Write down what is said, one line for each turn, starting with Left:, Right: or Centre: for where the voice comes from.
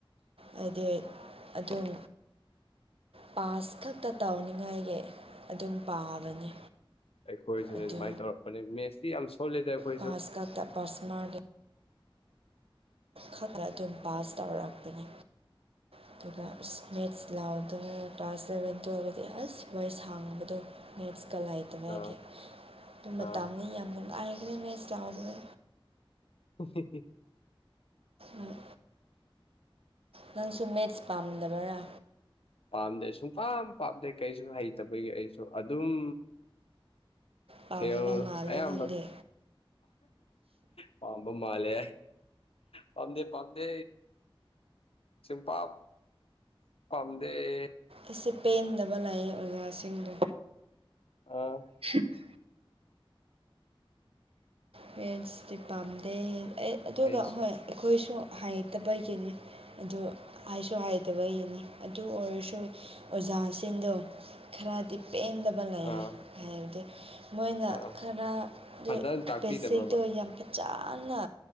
Right: ꯍꯥꯏꯗꯤ ꯑꯗꯨꯝ ꯄꯥꯁ ꯈꯛꯇ ꯇꯧꯅꯤꯉꯥꯏꯒꯤ ꯑꯗꯨꯝ ꯄꯥꯕꯅꯤ
Left: ꯑꯩꯈꯣꯏꯁꯤꯅꯦ
Right: ꯑꯗꯨ
Left: ꯑꯗꯨꯃꯥꯏꯅ ꯇꯧꯔꯛꯄꯅꯦ ꯃꯦꯠꯁꯇꯤ ꯌꯥꯝ ꯁꯣꯜꯂꯦꯗ ꯑꯩꯈꯣꯏꯁꯨ
Right: ꯄꯥꯁ ꯀꯥꯛꯇꯥ ꯄꯥꯁ ꯃꯥꯛ ꯈꯛꯇ ꯑꯗꯨꯝ ꯄꯥꯁ ꯇꯧꯔꯛꯄꯅꯤ ꯑꯗꯨꯒ ꯏꯁꯃꯤꯠꯁ ꯂꯥꯎꯟ ꯑꯗꯣ ꯀ꯭ꯂꯥꯁ ꯏꯂꯚꯦꯟ ꯇꯨꯌꯦꯜꯐꯇꯗꯤ ꯑꯁ ꯚꯣꯏꯁ ꯍꯥꯡꯕꯗꯣ ꯅꯦꯠꯁꯀ ꯂꯥꯏ ꯑꯗꯨꯒꯤ
Left: ꯑꯥ
Right: ꯑꯗꯨ ꯃꯇꯥꯅ
Left: ꯑꯥ
Right: ꯌꯥꯝ ꯅꯨꯡꯉꯥꯏꯔꯈꯅ ꯃꯦꯠꯆ ꯂꯥꯎꯕꯗ
Left: ꯍꯤ ꯍꯤ
Right: ꯎꯝ ꯅꯪꯁꯨ ꯃꯦꯠꯁ ꯄꯥꯝꯗꯕꯔꯥ
Left: ꯄꯥꯝꯗꯦ ꯁꯨꯡ ꯄꯝ ꯄꯥꯝꯗꯦ ꯀꯩꯁꯨ ꯍꯩꯇꯕꯒꯤ ꯑꯩꯁꯨ ꯑꯗꯨꯝ
Right: ꯄꯥꯝꯕ
Left: ꯐꯦꯟ
Right: ꯃꯥꯜꯂꯦ
Left: ꯑꯌꯥꯝꯕ
Right: ꯅꯪꯗꯤ
Left: ꯄꯥꯝꯕ ꯃꯥꯂꯦ ꯄꯝꯗꯦ ꯄꯝꯗꯦ ꯄꯥꯛ ꯄꯥꯝꯗꯦ
Right: ꯑꯁꯤꯁ ꯄꯦꯟꯗꯕ ꯂꯥꯛꯏꯌꯦꯦ ꯑꯣꯖꯥꯁꯤꯡꯗꯣ
Left: ꯑꯥ
Right: ꯎ <inaudible> ꯄꯦꯟꯁꯇꯤ ꯄꯥꯝꯗꯦ ꯑꯦ ꯑꯗꯨꯒ
Left: ꯑꯩꯁꯨ
Right: ꯍꯣꯏ ꯑꯩꯈꯣꯏꯁꯨ ꯍꯥꯏꯇꯕꯒꯤꯅꯤ ꯑꯗꯨ ꯍꯥꯏꯁꯨ ꯍꯥꯏꯗꯕ ꯌꯦꯅꯤ ꯑꯗꯨ ꯑꯣꯏꯔꯁꯨ ꯑꯣꯖꯥꯁꯤꯡꯗꯣ ꯈꯔꯗꯤ ꯄꯦꯟꯗꯕ ꯂꯩ
Left: ꯑꯥ
Right: ꯍꯥꯏꯕꯗꯤ ꯃꯣꯏꯅ
Left: ꯑꯥ
Right: ꯈꯔꯗꯨ
Left: ꯐꯖꯅ ꯇꯥꯛꯄꯤꯗꯕ꯭ꯔꯕ
Right: ꯕꯦꯁꯤꯛꯇꯣ ꯌꯥꯝ ꯐꯖꯅ